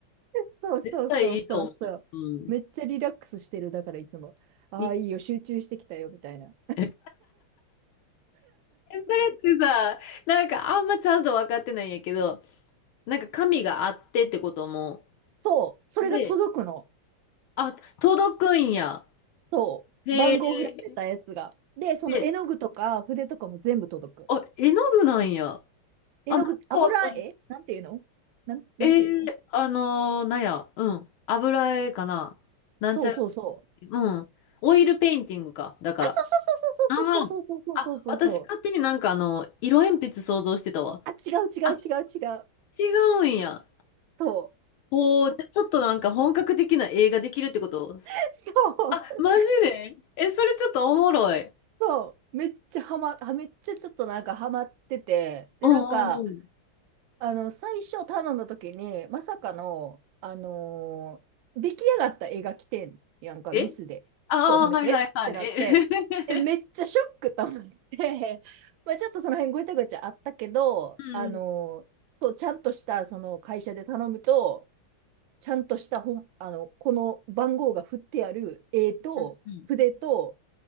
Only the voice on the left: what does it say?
絶対いいと思う。うん。
いい。
<laughs> え、それってさ、なんかあんまちゃんと分かってないんやけど、なんか神があってってことも、
で、あ、届くんや。
へえ。
で、あ、絵の具なんや。
あ、なんかわかる。
えー、あのーなんや、うん。油絵かな。なんちゃら、
うん。オイルペインティングか。だから。
あーあ、私勝手になんかあの、色鉛筆想像してたわ。
あ、違うんや。
ほう、じゃ、ちょっとなんか本格的な映画できるってこと
あ、マジでえ、それちょっとおもろい。
うんうんうん。
え
ああー、
はいはいはい。
え <laughs>
うん
うんうん。